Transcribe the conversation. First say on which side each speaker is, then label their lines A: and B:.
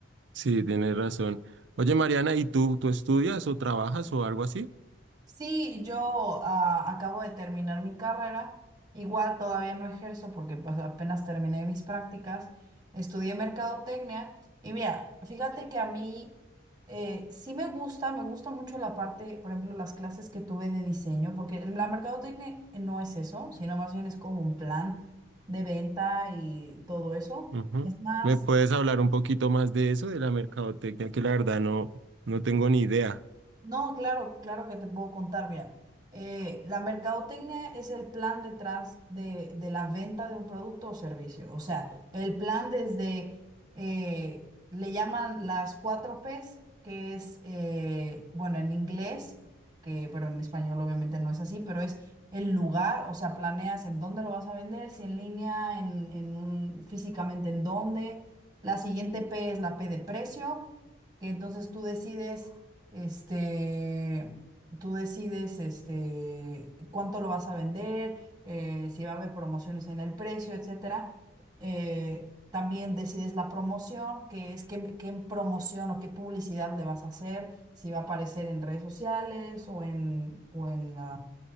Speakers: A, on the right; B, on the right.
A: Sí, tienes razón. Oye, Mariana, ¿y tú, tú estudias o trabajas o algo así?
B: Sí, yo ah, acabo de terminar mi carrera. Igual todavía no ejerzo porque pues apenas terminé mis prácticas. Estudié mercadotecnia y mira, fíjate que a mí eh, sí me gusta, me gusta mucho la parte, por ejemplo, las clases que tuve de diseño, porque el- la mercadotecnia no es eso, sino más bien es como un plan de venta y todo eso.
A: Ujú.
B: Es más
A: ¿Me puedes hablar un poquito más de eso, de la mercadotecnia, que la verdad no, no tengo ni idea?
B: No, claro, claro que te puedo contar. Mira, eh, la mercadotecnia es el plan detrás de, de la venta de un producto o servicio. O sea, el plan desde, eh, le llaman las cuatro Ps, que es, eh, bueno, en inglés, que, pero en español obviamente no es así, pero es el lugar, o sea, planeas en dónde lo vas a vender, si en línea, en, en un- físicamente en dónde. La siguiente P es la P de precio, que entonces tú decides este, tú decides este, cuánto lo vas a vender, eh, si va a haber promociones en el precio, etcétera. Eh, también decides la promoción, que es qué, qué promoción o qué publicidad le vas a hacer, si va a aparecer en redes sociales o en, o en,